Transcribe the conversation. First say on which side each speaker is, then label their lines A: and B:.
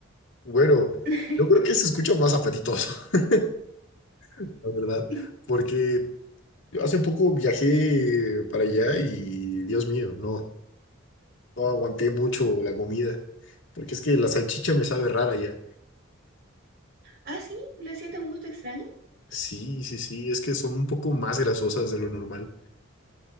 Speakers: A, on the left (about 65°); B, on the right (about 55°).
A: Bueno,
B: <laughs>
A: yo creo que se escucha más apetitoso, <laughs> la verdad,
B: Sí.
A: porque yo hace poco viajé para allá y, Dios mío, no. No aguanté mucho la comida, porque es que la salchicha me sabe rara ya.
B: Ah, sí, ¿lo sientes un gusto extraño?
A: Sí, sí, sí, es que son un poco más grasosas de lo normal.